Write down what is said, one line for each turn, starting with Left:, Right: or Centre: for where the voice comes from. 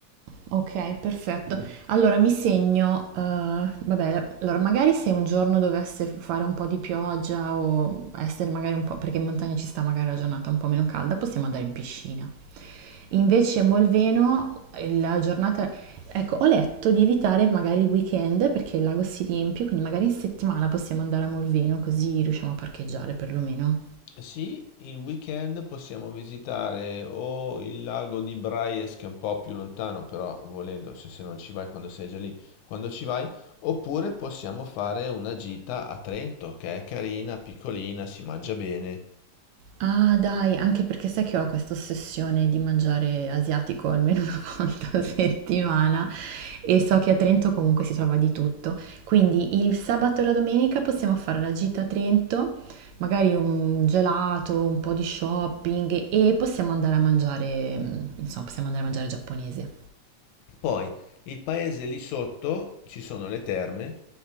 Right: Ok, perfetto. Allora mi segno, eh, vabbè, la- allora magari se un giorno dovesse fare un po' di pioggia o essere magari un po', perché in montagna ci sta magari la giornata un po' meno calda, possiamo andare in piscina. Invece Molveno, eh, la giornata, ecco, ho letto di evitare magari il weekend perché il lago si riempie, quindi magari in settimana possiamo andare a Molveno così riusciamo a parcheggiare perlomeno.
Left: Sì, il weekend possiamo visitare o il lago di Braies, che è un po' più lontano, però volendo, se, se non ci vai quando sei già lì, quando ci vai, oppure possiamo fare una gita a Trento, che è carina, piccolina, si mangia bene.
Right: Ah dai, anche perché sai che ho questa ossessione di mangiare asiatico almeno una <laughs> volta a settimana e so che a Trento comunque si trova di tutto. Quindi il sabato e la domenica possiamo fare la gita a Trento, magari un gelato, un po' di shopping e possiamo andare a mangiare, mm, insomma, possiamo andare a mangiare giapponese.
Left: Poi il paese lì sotto ci sono le terme,